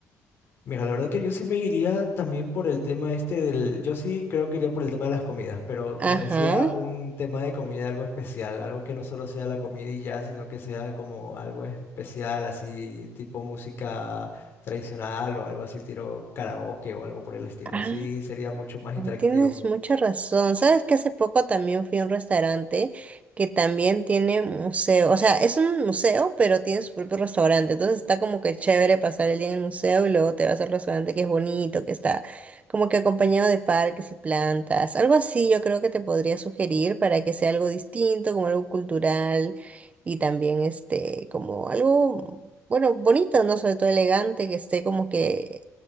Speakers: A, on the left (about 45°); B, on the right (about 25°).
A: Mira, la verdad que yo sí me iría también por el tema este del, yo sí creo que iría por el tema de las comidas, pero
B: Ajá.
A: como decía, un tema de comida algo especial, algo que no solo sea la comida y ya, sino que sea como algo especial, así tipo música tradicional o algo así, tiro karaoke o algo por el estilo,
B: Ah,
A: así sería mucho más interactivo.
B: tienes mucha razón. Sabes que hace poco también fui a un restaurante que también tiene museo. O sea, es un museo, pero tiene su propio restaurante. Entonces está como que chévere pasar el día en el museo y luego te vas al restaurante que es bonito, que está como que acompañado de parques y plantas. Algo así yo creo que te podría sugerir para que sea algo distinto, como algo cultural y también este, como algo, bueno, bonito, ¿no? Sobre todo elegante, que esté como que